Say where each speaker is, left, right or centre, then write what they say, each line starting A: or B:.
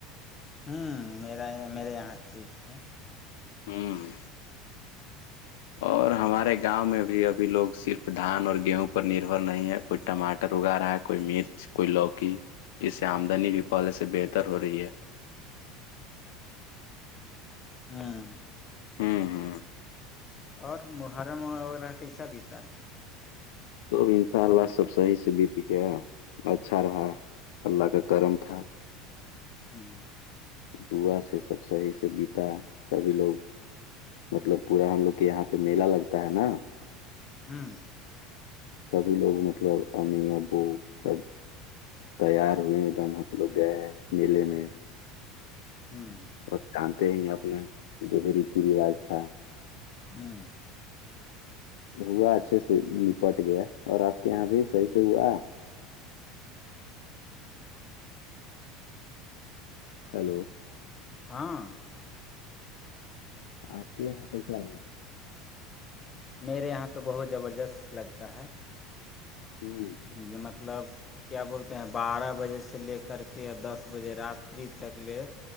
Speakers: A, on the left; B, on the left.
A: ہوں میرا یہ میرے یہاں ٹھیک ہے
B: ہاں اور ہم ہمارے گاؤں میں بھی اھی لوگ صرف دھان اور گیہوں پر نربھر نہیں ہے کوئی ٹماٹر اگا رہا ہے کوئی مرچ کوئی لوکی اس سے آمدنی بھی پہلے سے بہتر ہو رہی ہے
A: ہوں
B: ہوں ہوں
A: اور محرم وغیرہ کیسا بیتا
B: سب انشاء اللہ سب صحیح سے بیت گیا اچھا رہا اللہ کا کرم تھا
A: ہوں
B: دعا سے سب صحیح سے بیتا سبھی لوگ مطلب پورا ہم لوگ کے یہاں پہ میلہ لگتا ہے نا
A: ہوں
B: سبھی لوگ مطلب امی ابو سب تیار ہوئے ایک دم ہم لوگ گئے میلے میں
A: ہوں
B: بہت جانتے ہیں اپنا جو بھی ریتی رواج تھا
A: ہوں
B: تو ہوا اچھے سے نپٹ گیا اور آپ کے یہاں بھی صحیح
A: ہوں
B: سے ہوا ہیلو
A: ہاں
B: آپ کے یہاں کیسا رہ
A: میرے یہاں تو بہت زبردست لگتا ہے
B: ہوں
A: جے مطلب کیا بولتے ہیں بارہ بجے سے لے کر کے یا دس بجے راتری تک لے